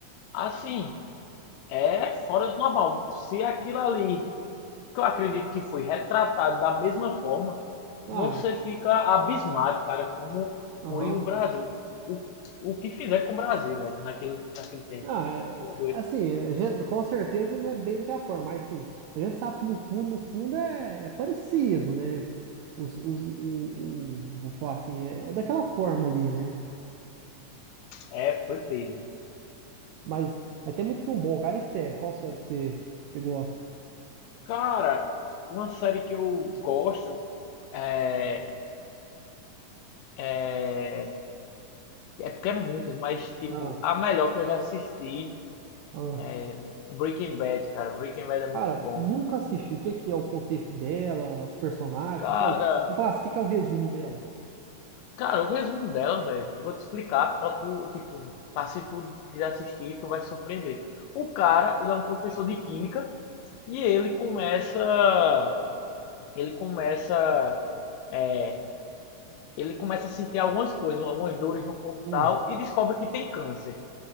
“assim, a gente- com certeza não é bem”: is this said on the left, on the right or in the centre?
Right